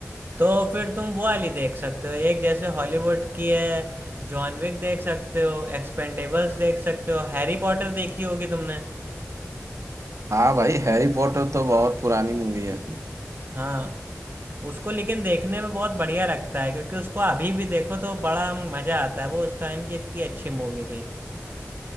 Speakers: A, on the right; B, on the right.
A: तो फिर तुम वो वाली देख सकते हो एक जैसे हॉलीवुड की है जॉन विक देख सकते हो एक्सपेंडेबल्स देख सकते हो हैरी पॉटर देखी होगी तुमने
B: हाँ भाई हैरी पॉटर तो बहुत पुरानी मूवी है फिर
A: हाँ उसको लेकिन देखने में बहुत बढ़िया लगता है क्योंकि उसको अभी भी देखो तो बड़ा मजा आता है वो उस टाइम की इतनी अच्छी मूवी थी